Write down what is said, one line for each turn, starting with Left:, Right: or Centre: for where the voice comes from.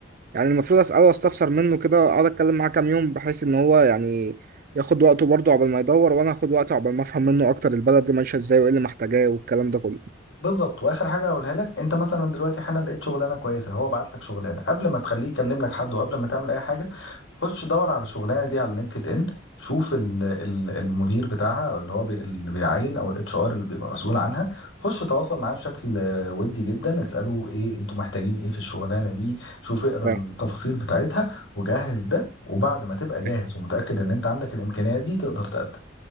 Right: يعني المفروض اساله واستفسر منه كده اقعد اتكلم معاه كام يوم بحيث ان هو يعني ياخد وقته برضه عقبال ما يدور وانا اخد وقته عقبال ما افهم منه اكتر البلد دي ماشيه ازاي وايه اللي محتاجاه والكلام ده كله
Left: بالظبط واخر حاجه هقولها لك انت مثلا دلوقتي حالا لقيت شغلانه كويسه هو بعت لك شغلانه قبل ما تخليه يكلم لك حد وقبل ما تعمل اي حاجه خش دور على الشغلانه دي على لينكد ان شوف ال- ال- المدير بتاعها او اللي هو بي اللي بيعين او الاتش ار اللي بيبقى مسؤول عنها خش تواصل معاه بشكل آه، ودي جدا اساله ايه انتوا محتاجين ايه في الشغلانه دي شوف اقرا
Right: فاهم
Left: التفاصيل بتاعتها وجهز ده وبعد ما تبقى جاهز
Right: فاهم.
Left: ومتاكد ان انت عندك الامكانيات دي تقدر تقدم